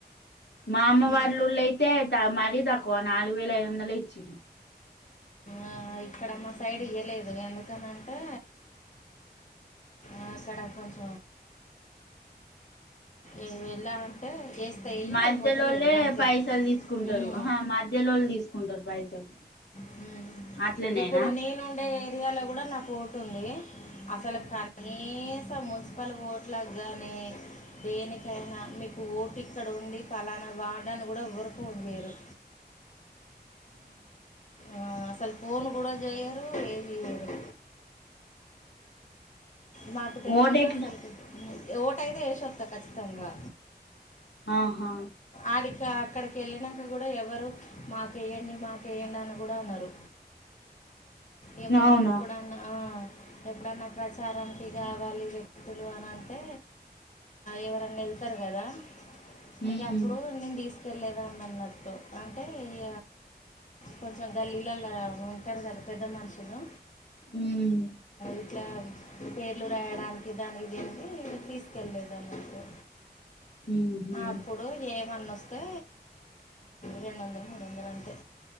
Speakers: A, on the left (about 85°); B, on the left (about 45°).
A: మా అమ్మ
B: మ్మ్.
A: వాళ్ళళ్ళయితే మరీ తక్కువ నాలుగు వేల ఐదు వందలు ఇచ్చి
B: ఆ ఇక్కడ మా సైడ్ ఇవయలేదు ఎందుకనంటే ఆ సడా కొంచ ఏ ఎలా అంటే వేస్తాయి
A: మధ్యలోలే
B: లేకపోతే లేదు అంతే
A: పైసలు తీసుకుంటారు
B: మ్మ్.
A: ఆ మధ్యలోళు తీసుకుంటారు పైసలు
B: హ
A: అట్లనేనా
B: ఇప్పుడు నేనుండే ఏరియాలో కూడా నా ఓటు ఉంది అసలు కానీ మున్సిపల్ ఓట్ల కానీ దేనికైనా మీకు ఓటు ఇక్కడ ఉంది ఫలానా వాడడానికి కూడా ఊరుకు చేరు ఆ అసలు ఫోన్ కూడా చేయ్యరు ఏది చెయరు మాకు తెలియక
A: ఓటెట్లా
B: అసలు ఓట అయితే వేసిొస్తా ఖచ్చితంగా
A: ఆహా
B: ఆడికి అక్కడికి వెళ్ళాక కూడా ఎవరు మాకే్యండి మాక వే్యండి అను అన్నారు ఏ మేమి
A: అవునా
B: ఎప్పుడన్నా ఎప్పుడన్నా ప్రచారానికి కావాలి వ్యక్తులు అని అంటే ఎవరన్నా వెళ్తారు కదా
A: ఉమ్
B: ఇక ఎప్పుడు నేను తీసుకెళ్లేద అని అన్నట్టు అంటే ఇ కొంచెం గల్లీలల్లో ఉంటారు కదా పెద్ద మనుషులు
A: ఉమ్
B: ఇట్లా పేర్లు రాయడానికి దానికి దీనికి తీసుకెళ్లేదు అన్నట్టు
A: ఉహు
B: అప్పుడు ఏమన్న వస్తే రెండు వందలు మూడు వందలు అంతే